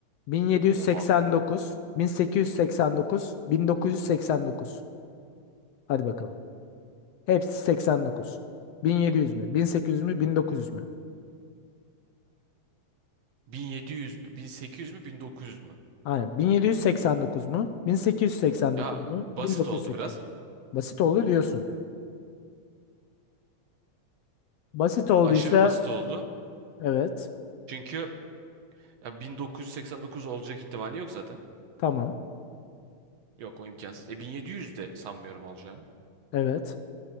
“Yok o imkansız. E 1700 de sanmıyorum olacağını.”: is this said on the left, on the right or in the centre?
Right